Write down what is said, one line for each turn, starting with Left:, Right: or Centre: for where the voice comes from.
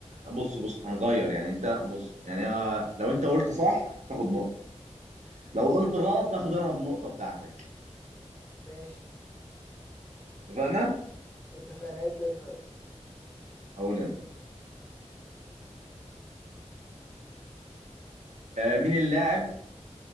Right: بص بص هنغير يعني أنت بص يعني أنا- لو أنت قلت صح تاخد نقطة لو قلت غلط هاخد انا النقطه بتاعتك
Left: ماشي
Right: اتفقنا
Left: اتفقنا ابدأ انت يلا
Right: اقول انا آه مين اللاعب